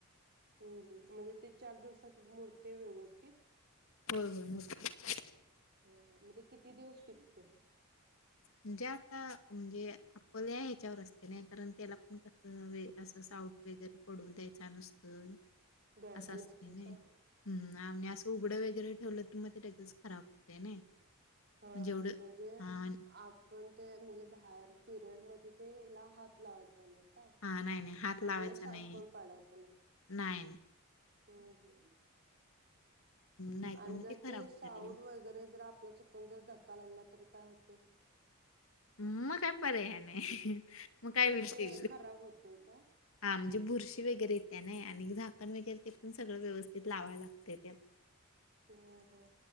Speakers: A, on the right; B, on the left.
A: हम्म हम्म म्हणजे ते चार दिवसात मूरतय व्यवस्थित
B: होय होय मस्त.
A: हा हा मग ते किती दिवस टिकत
B: म्हणजे आता म्हणजे आपले आहेत त्याच्यावर असते नाही कारण त्याला पण कस तसं साऊट वगैरे पडून द्यायचा नसतंय
A: द्यायचं
B: असं असते
A: नसतंय
B: नाही
A: का
B: हम् आणि असं उघड व <inaudible> ठेवलं तर मग ते लगेच खराब होतय नाही
A: हा हा
B: एवढं
A: म्हणजे
B: हां,
A: आप पण ते म्हणजे बाहेर पिरियडमध्ये तेला हात लावायचे नाही
B: हां. नाही, नाही. हात
A: आणि
B: लावायचा
A: त्याचा साउट
B: नाही.
A: पण पडायचं नाही
B: नाही, नाही.
A: हो हो
B: नाहीतर
A: आणि
B: मग
A: जर
B: खराब
A: ते
B: होतंय
A: शाऊड
B: लगेच.
A: वगैरे जर आपल चूक धक्का लावला तर काय होते?
B: म काय पर्याय <unintelligible> मग काय
A: म्हणजे
B: विषय
A: ते खराब होते काय?
B: हा म्हणजे बुरशी वगैरे त्या नाही आणि झाकण वगैरे ते पण सगळं व्यवस्थित लावाय लागते त्यात
A: हां हां